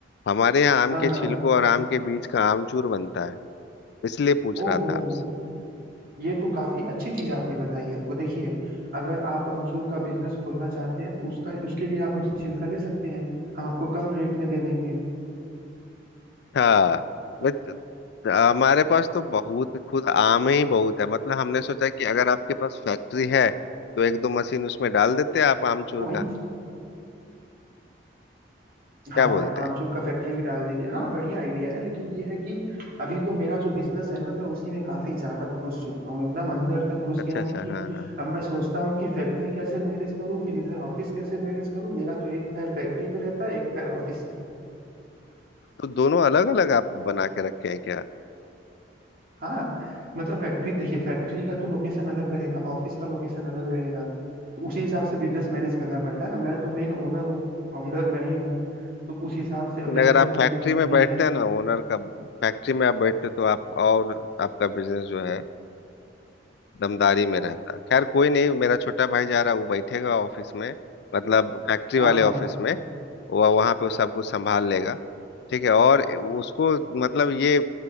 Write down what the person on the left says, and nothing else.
हमारे यहाँ आम
के
छिलकों और आम के बीज का आमचूर बनता है इसलिए पूछ
रहा था आपसे
हाँ बट हमारे पास तो बहुत खुद आम ही बहुत है मतलब हमने सोचा कि अगर आपके पास फैक्ट्री है तो एक दो मशीन उसमें डाल देते हैं आप आमचूर
का
क्या बोलते
हैं
अच्छा
अच्छा
हाँ हाँ हाँ
तो दोनों अलग अलग आप बना के रखे हैं क्या
लेकिन
अगर
आप फैक्ट्री
में बैठते
हैं ना ओनर का फैक्ट्री में आप बैठते तो आप और आपका बिजनेस जो है दमदारी में रहता खैर कोई नहीं मेरा छोटा भाई जा रहा है, वो बैठेगा ऑफिस में मतलब फैक्ट्री
वाले
ऑफिस में वह वहां पे सब कुछ संभाल लेगा ठीक है और उसको मतलब ये